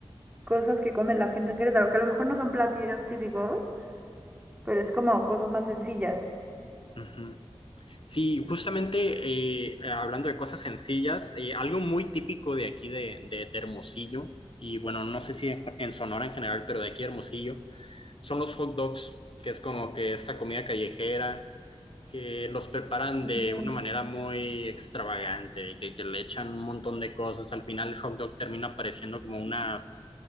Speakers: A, on the right; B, on the left.
A: cosas que come la gente en Querétaro, que a lo mejor no son platillos típicos, pero es como cosas más sencillas.
B: Uh -huh. Sí, justamente eh, eh, hablando de cosas sencillas, eh, algo muy típico de aquí de, de, de, Hermosillo, y bueno, no sé si en, en Sonora en general, pero de aquí de Hermosillo, son los hot dogs, que es como que esta comida callejera que los preparan
A: Ujú.
B: de una manera muy extravagante, y que, que le echan un montón de cosas. Al final el hot dog termina pareciendo como una